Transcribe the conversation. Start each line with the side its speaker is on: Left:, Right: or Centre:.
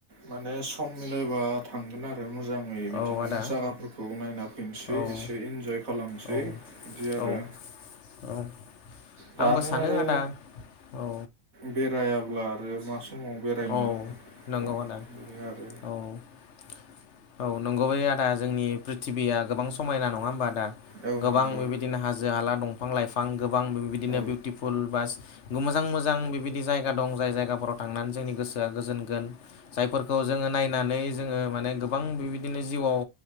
Right: माने सम मिलायबा थांगोन आरो मोजां आङै
Left: औ
Right: बिदिनो
Left: आदा
Right: जागाफोरखौ नायना फैनोसै
Left: औ
Right: एसे इन्जय खालामनोसै
Left: औ
Right: बिदि आरो।
Left: औ औ
Right: दानो
Left: आंबो सानो
Right: आरो
Left: आदा औ
Right: बेरायाब्ला आरो मा समाव बेरायनो
Left: औ नंगौ
Right: औ
Left: आदा
Right: बेनो आरो
Left: औ औ नंगौ बै आदा जोंनि प्रिथि्बिया गोबां समायना नङा हबा आदा?
Right: औ
Left: गोबां
Right: नंगौ
Left: बेबायदिनो हाजो जोंहाला दंफां -लाइफां गोबां बिदिनो
Right: औ
Left: बिउटिफुल बास मोजां -मोजां बेबायदि जायगा दं जाय जायगाफोराव थांनानै जोंनि गोसोआ गोजोनगोन। जायफोरखौ जोङो नायनानै जोङो माने गोबां बेबायदिनो जिउआव